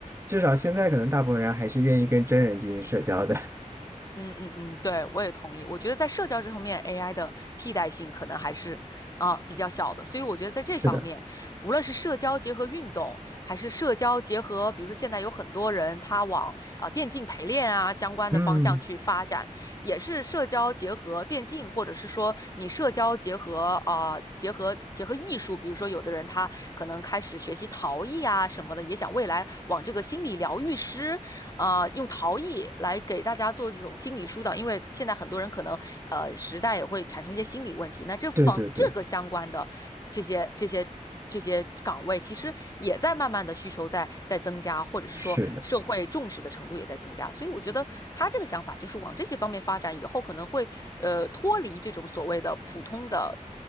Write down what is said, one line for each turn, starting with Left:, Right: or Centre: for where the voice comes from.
Right: 至少现在可能大部分人还是愿意跟真人进行社交的。<laughs>
Left: 嗯嗯嗯，对，我也同意。我觉得在社交这方面，AI 的替代性可能还是啊、呃比较小的，所以我觉得在这方面，
Right: 是的，
Left: 无论是社交结合运动，还是社交结合，比如说现在有很多人他往啊、呃电竞陪练啊相关的方向去发展，
Right: 嗯，
Left: 也是社交结合电竞，或者是说你社交结合啊、呃结合结合艺术，比如说有的人他可能开始学习陶艺啊什么的，也想未来往这个心理疗愈师。啊、用陶艺来给大家做这种心理疏导，因为现在很多人可能呃时代也会产生一些心理问题，那这方这个相关的这些这些这些岗位，
Right: 对对对，
Left: 其实也在慢慢的需求在在增加，或者是说社会重视的程度也在增加，
Right: 是的。
Left: 所以我觉得他这个想法就是往这些方面发展，以后可能会呃脱离这种所谓的普通的